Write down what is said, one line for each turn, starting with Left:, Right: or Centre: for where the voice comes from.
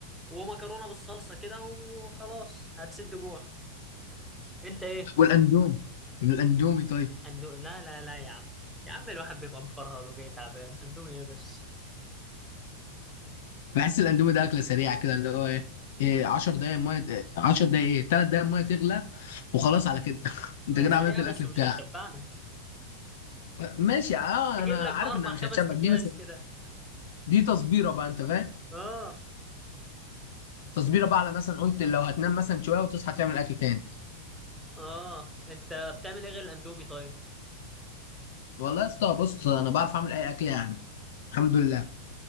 Centre: ومكرونه بالصلصه كده وخلاص هتسد جوع انت ايه
Left: والاندومي من الاندومي طيب
Centre: الاندو لا لا لا يا عم يا عم الواحد بيبقى مفرهد وجاي تعبان اندومي ايه بس
Left: بحس الاندومي ده اكله سريعه كده اللي هو ايه إيه 10 دقايق ميه إيه، 10 دقايق ايه 3 دقايق ميه تغلى وخلاص على كده <laughs> انت
Centre: ما
Left: كده
Centre: هي سريعة
Left: عملت الاكل
Centre: بس مش
Left: بتاعك
Centre: هتشبعنا
Left: ماشي اه
Centre: تجيب
Left: انا
Centre: لك
Left: عارف
Centre: بأربع
Left: انها مش
Centre: خمس
Left: هتشبع
Centre: أكياس
Left: دي بس
Centre: كده
Left: دي تصبيره بقى انت فاهم
Centre: آه
Left: تصبيره بقى على مثلا قلت لو هتنام مثلا شويه وتصحى تعمل اكل تاني
Centre: آه أنت بتعمل إيه غير الأندومي طيب؟
Left: والله يا اسطى بص انا بعرف اعمل اي اكل يعني الحمد لله